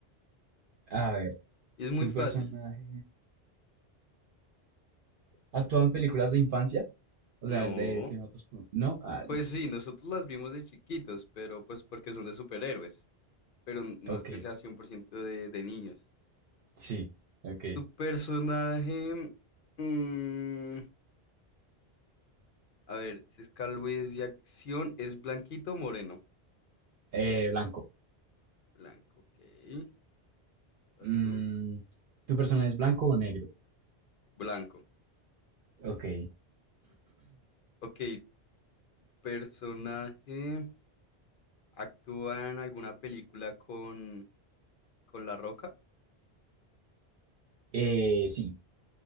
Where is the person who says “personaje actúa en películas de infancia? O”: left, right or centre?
Right